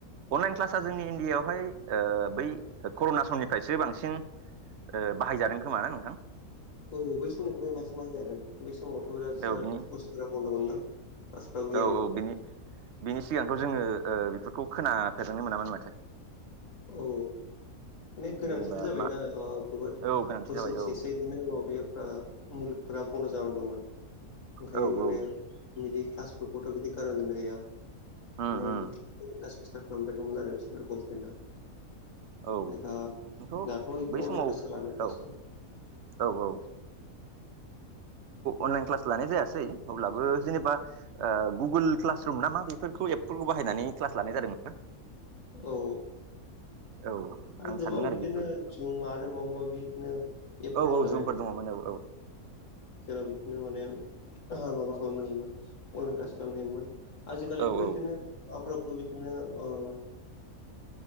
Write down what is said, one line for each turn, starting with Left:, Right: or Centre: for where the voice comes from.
Right: अनलाइन क्लास जोंनि इण्डियावहाय ओ बै कर'ना समनिफ्रायसो बांसिन। ओ बाहायजादों खोमा ना नोंथां।
Left: औ बै समनिफ्रायनो मासि मा जादों बे समावथ' बिराद जराद
Right: औ बिनि
Left: बुजा बन्द'मोन ना <unintelligible> क्लासफोयाबो गैयामोन।
Right: औ बिनि बिनि सिगांथ' जोङो ओ बेफोरखौ खोनाफेरनो मोनामोन माथो।
Left: औ। माने गोनांथिबो
Right: जेनेबा
Left: जाबायना
Right: मा
Left: ओ गोबोद
Right: औ गोनांथि
Left: बोसोरसेसो
Right: जाबाय औ
Left: बिदिनो माबाया। ओ मुलुगफोरा बन्द' जालां दंमोन ओंखायनो
Right: औ औ
Left: माने बिदि। क्लासफोरखौथ' बिदि गारना दोननो हाया
Right: उम
Left: <unintelligible>
Right: उम
Left: खालामबायदोंमोन आरो बिसोर गभमेन्टआ।
Right: औ आंथ'
Left: बिराद दाथ' बिदि
Right: बै
Left: अनलाइन
Right: समाव
Left: क्लास जालानो क्लासाव
Right: औ। औ औ। अनलाइन क्लास लानाय जायासै अब्लाबो जेनोबा ओ गुगोल क्लास दं नामा बेफोरखौ एप्रुब बाहायनानै क्लास लानाय जादोंमोन ना।
Left: औ।
Right: औ
Left: आरो
Right: आं
Left: गोबां
Right: सानदों
Left: बिदिनो
Right: बेफोरबायदि
Left: जुम आरो माबा माबि बिदिनो। एपफोर
Right: औ
Left: दंलाबाय
Right: औ जुमफोर दङमोनो औ।
Left: जेराव बिदिनो माने आहा माबा खालामनो हायोमोन अनलाइन क्लास खालामनो हायोमोन। आजिखालिथ'
Right: औ
Left: बिदिनो
Right: औ
Left: माबाफ्राबोथ' बिदिनो ओ।